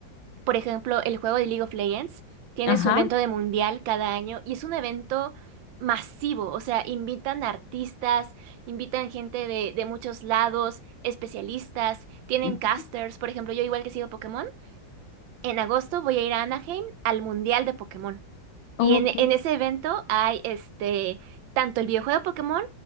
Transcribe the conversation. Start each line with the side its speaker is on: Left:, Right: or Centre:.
Right: Por ejemplo, el juego de League of Legends tiene
Left: Ajá.
Right: su evento de mundial cada año y es un evento masivo, o sea, invitan artistas, invitan gente de, de muchos lados, especialistas, tienen
Left: ujú,
Right: casters, por ejemplo, yo igual que sigo Pokémon. En agosto voy a ir a Anaheim al Mundial de Pokémon. Y
Left: Ok.
Right: en, en ese evento hay este tanto el videojuego de Pokémon